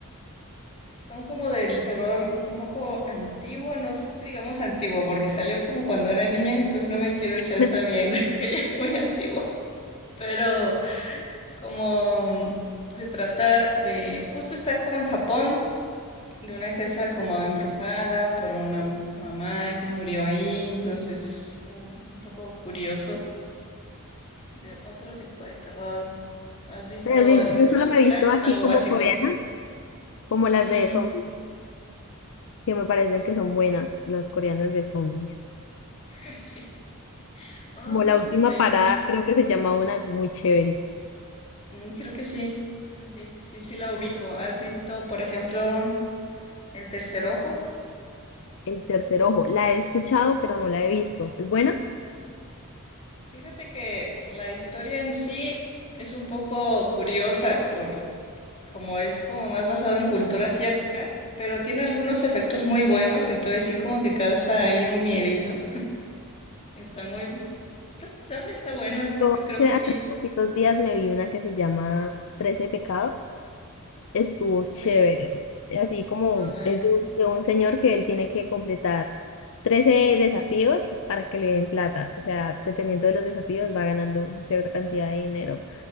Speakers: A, on the left; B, on the left.
A: Son como del terror un poco antiguo, no sé si digamos antiguo, porque salió como cuando era niña, entonces no me quiero echar
B: <laughs>
A: también, <laughs> que ella es muy antigua. Pero como se trata de, justo está como en Japón, de una casa como embrujada por una mamá que murió ahí, entonces un, un poco curioso De otro tipo de terror. ¿No ¿Has visto
B: Tal vez
A: El Exorcista?
B: Yo solo me he visto así
A: Algo
B: como
A: básico.
B: coreanas como las
A: Mm,
B: de zombies, que me parecen que son buenas, las coreanas de zombies.
A: <laughs> sí. Um,
B: Como la última
A: hay
B: parada,
A: una.
B: creo que se llama una es muy chévere.
A: mm, creo que sí. Sí, sí. Sí, sí la ubico. ¿Has visto, por ejemplo, El Tercer Ojo?
B: El tercer ojo, la he escuchado, pero no la he visto. ¿Es buena?
A: Fíjate que la historia en sí es un poco curiosa por como es como más basado en cultura asiática, pero tiene algunos efectos muy buenos, entonces sí como que causa ahí un miedito. Está muy, está aceptable, está buena.
B: Yo
A: Yo creo
B: hace,
A: que
B: hace
A: sí.
B: unos poquitos días me vi una que se llama Trece pecados. estuvo chévere.
A: Muy-
B: Así como
A: No la
B: es
A: he visto.
B: de un, de un señor que él tiene que completar 13 desafíos para que le den plata. O sea, dependiendo de los desafíos va ganando cierta cantidad de dinero.